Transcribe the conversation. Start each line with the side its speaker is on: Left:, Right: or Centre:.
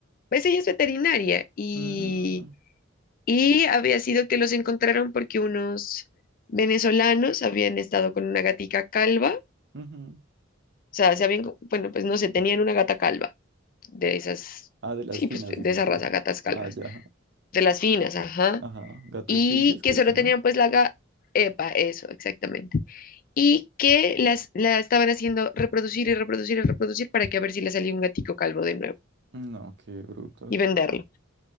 Left: pues ella es veterinaria y
Right: Mm,
Left: Y había sido que los encontraron porque unos venezolanos habían estado con una gatica calva, o
Right: Ujú.
Left: sea, se habían, co- bueno, pues no sé, tenían una gata calva, de esas,
Right: Ah, de las
Left: sí,
Right: finas,
Left: pues
Right: dices
Left: de esa
Right: tú.
Left: raza, gatas calvas,
Right: Ah, ya.
Left: de las finas, ajá,
Right: Ajá. Gato
Left: y
Right: esfinges,
Left: que
Right: ¿qué?
Left: solo
Right: Sí,
Left: tenían
Right: ¿no?
Left: pues la gata, epa, eso, exactamente, y que las, la estaban haciendo reproducir y reproducir y reproducir para que a ver si le salía un gatico calvo de nuevo
Right: No, qué brutos.
Left: y venderlo,